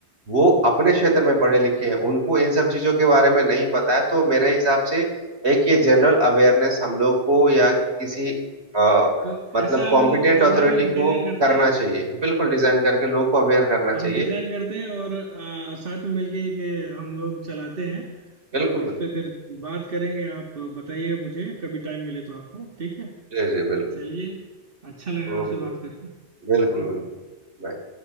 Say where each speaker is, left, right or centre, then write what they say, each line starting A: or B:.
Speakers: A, on the right (about 70°); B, on the right (about 55°).
A: वो अपने क्षेत्र में पढ़े लिखे हैं उनको इन सब चीजों के बारे में नहीं पता है तो मेरे हिसाब से एक ये जनरल अवेयरनेस हम लोग को या किसी आ,
B: तो
A: मतलब
B: ऐसा
A: कॉम्पिटेंट
B: हम लोग प्रोग्राम
A: अथॉरिटी
B: एक
A: को
B: डिजाइन करते
A: करना
B: हैं
A: चाहिए बिल्कुल डिजाइन करके लोगों को अवेयर करना चाहिए
B: हम डिजाइन करते हैं और आ, साथ में मिलके के हम लोग चलाते हैं
A: बिल्कुल
B: और
A: बिल्कुल
B: इस पे फिर बात करेंगे आप बताइए मुझे कभी टाइम मिले तो आपको ठीक है
A: जी जी बिल्कुल
B: चलिए अच्छा लगा
A: ओके
B: आपसे बात करके
A: बिल्कुल
B: ओके
A: बिल्कुल Bye.